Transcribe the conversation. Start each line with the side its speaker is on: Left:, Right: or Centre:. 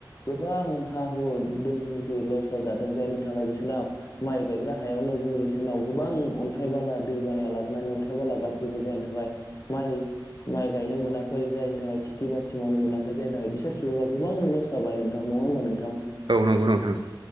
Left: गोबां हा-हु, दोन-सम्फथि लस जाजादों जायनि थाखाय बिसोरना माइ गायग्रा हायावनो जों इसोरनाव गोबां अन्थाइ बाला दै बानाया लाबोनानै अन्थाइ बाला गारफैबाय जायनि थाखाय माइ माइ गायनो मोनाखै जाय नि थाखाय खिथि-बाथि मावनो मोनाखै जायनि थाखाय बिसोर सुबुङा गोबां लस जाबाय नोंथां। नङा होमबा नों
Right: औ नंगौ नोंथां ।